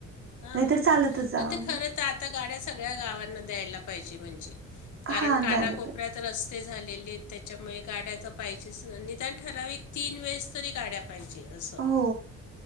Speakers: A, on the left; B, on the right.
A: हां.
B: नाहीतर चालतच जावा
A: पण ते
B: मग.
A: खरं तर आता गाड्या सगळ्या गावांना द्यायला पाहिजे. म्हणजे कारण
B: हा
A: कानाकोपऱ्यात
B: द्यायला पाहिजे
A: रस्त ते झालेले आहेत. त्याच्यामुळे गाड्याच पाहिजेच ना. निदान ठराविक तीन वेळेस तरी गाड्या पाहिजे अस.
B: हो